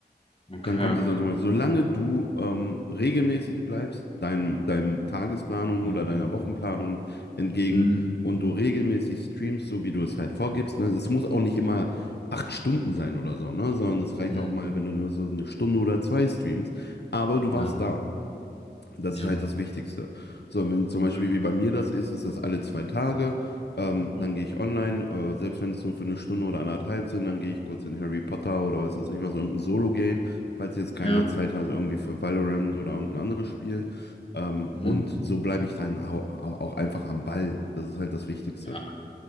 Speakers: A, on the left; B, on the left.
A: Okay.
B: Dann kommt es dann mal, solange du ähm, regelmäßig bleibst, deinem, deinem Tagesplanung
A: Hm,
B: oder deiner Wochenplanung entgegen
A: hm,
B: und du regelmäßig streamst, so wie du es halt vorgibst, ne? Das muss auch nicht immer acht Stunden sein oder so, ne? Sondern es reicht
A: hm.
B: auch mal, wenn du nur so eine Stunde oder zwei streamst, aber du
A: Ja,
B: warst da. Das
A: ja.
B: ist halt das Wichtigste. So, wenn zum Beispiel
A: Okay.
B: wie bei mir das ist, ist das alle zwei Tage. Ähm,
A: Hm,
B: dann gehe ich online, äh, selbst wenn es nur für eine Stunde
A: hm.
B: oder anderthalb sind, dann gehe ich kurz in Harry Potter oder was weiß ich was, irgendein Solo-Game, falls jetzt keiner
A: Ja.
B: Zeit hat, irgendwie für Valorant oder irgendein anderes Spiel. Ähm,
A: Mhm.
B: und so bleibe ich dann au- au- auch einfach am Ball. Das ist halt das Wichtigste.
A: Ja,